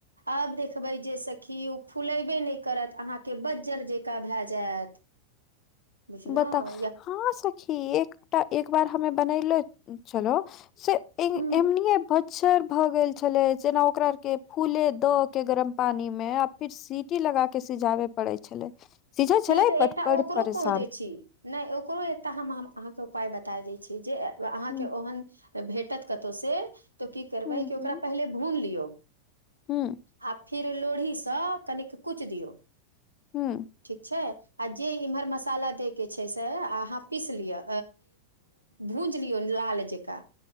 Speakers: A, on the right (about 85°); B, on the left (about 35°).
A: आब देखबै जे सखि ओ फुलेबे नय करत अहाँके बज्जर जकाँ भए जायत बुझलहुँ
B: बताउ
A: या
B: हँ सखी एकटा एक बार हमे बनेले छलौ से ए
A: ह
B: एमनीये बजर भए गेल छलै जेना ओकरा आर के फूले द के गरम पानी मे आ फिर सीटी लगा के सिझाबे पड़ै छलै सिझे छलै
A: नहि तऽ
B: बट
A: एकटा
B: बड़
A: ओकरो
B: पड़ेशानि
A: कहि छी नय ओकरो एकटा हम अहाँके उपाय बता दै छी जे अहाँके
B: हूँ
A: ओहन भेटत कतौ से तऽ की करबै
B: हूँ
A: कि
B: हूँ
A: ओकरा पहिले भून लियौ
B: हूँ
A: आ फिर लोढ़ीसँ कनिक कुच दियौ
B: हूं
A: ठीक छै आ जे इम्हर मसाला दयके छै से अहाँ पीस लिअ भूज लियौ लाल जकाँ